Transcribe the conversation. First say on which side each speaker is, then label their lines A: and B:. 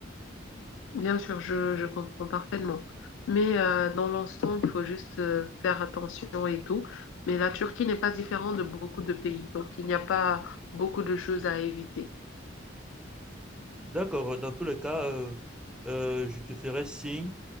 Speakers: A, on the left; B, in the centre.
A: Bien sûr, je, je comprends parfaitement. Mais euh, dans l'ensemble, il faut juste euh, faire attention et tout. Mais la Turquie n'est pas différente de beaucoup de pays, donc il n'y a pas beaucoup de choses à éviter.
B: D'accord, dans tous les cas, euh, euh, je te ferai signe